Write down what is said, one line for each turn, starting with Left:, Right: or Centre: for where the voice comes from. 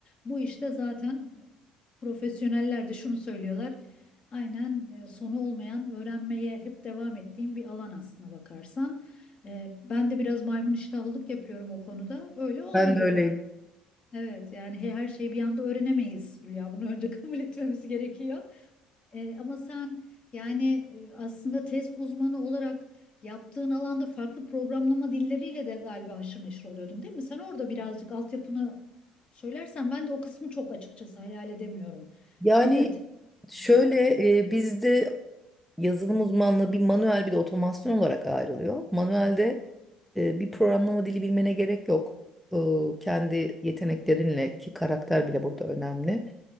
Left: Bu işte zaten Profesyoneller de şunu söylüyorlar. Aynen e, sonu olmayan öğrenmeye hep devam ettiğim bir alan aslına bakarsan. E, ben de biraz maymun iştahlılık yapıyorum o konuda. Öyle olma
Centre: Ben de
Left: diyorlar.
Centre: öyleyim.
Left: Evet yani he- her şeyi bir anda öğrenemeyiz Hülya. Bunu önce <laughs> kabul etmemiz gerekiyor. E, ama sen yani e, aslında test uzmanı olarak yaptığın alanda farklı programlama dilleriyle de galiba haşır neşir oluyordun, değil mi? Sen orada birazcık altyapını söylersen ben de o kısmı çok açıkçası hayal edemiyorum.
Centre: Yani
Left: Nedir test?
Centre: şöyle
Left: uzmanı?
Centre: e, bizde yazılım uzmanlığı bir manuel bir de otomasyon olarak ayrılıyor. Manuelde e, bir programlama dili bilmene gerek yok. E, kendi yeteneklerinle ki karakter bile burada önemli.